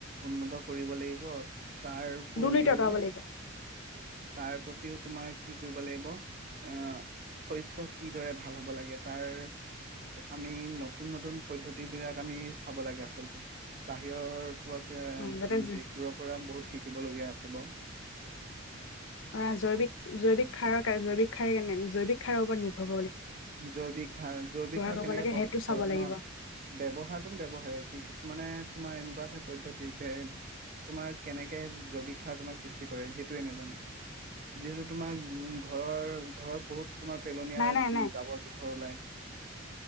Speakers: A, on the right; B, on the left.
A: উন্নত কৰিব লাগিব। তাৰ উপৰিও।
B: দুৰ্নীতি আঁতৰাব লাগিব
A: তাৰ প্ৰতিও তোমাৰ কি কৰিব লাগিব আহ শস্য কিদৰে ভাল হ'ব লাগে তাৰ আমি নতুন নতুন পদ্ধতি বিলাক আমি চাব লাগে আচলতে বাহিৰৰ। দেশবোৰৰ
B: অ যাতে
A: পৰা বহুত শিকিবলগীয়া আছে। হেল্ল'।
B: অ জৈৱিক জৈৱিক খাৰৰ কাৰ জৈৱিক খাৰ কেনে। জৈৱিক সাৰ ওপৰত নিৰ্ভয়।
A: জৈৱিক সাৰ জৈৱিক সাৰ
B: কৰিব
A: কেনেকে
B: লাগে
A: প্ৰস্তুত
B: সেইটো চাব
A: কৰো
B: লাগিব
A: নহয় ব্যৱহাৰটো ব্যৱহাৰে কি কিছুমানে। তোমাৰ এনেকুৱাকে পদ্ধতি তোমাৰ কেনেকে জৈৱিক সাৰ তোমাৰ সৃষ্টি কৰে সেইটোয়ে নাজানে যিহেতু। তোমাক ঘৰৰ ঘৰত বহুত। তোমাৰ পেলনীয়া।
B: নাই
A: জোঁথৰ
B: নাই নাই
A: ওলায়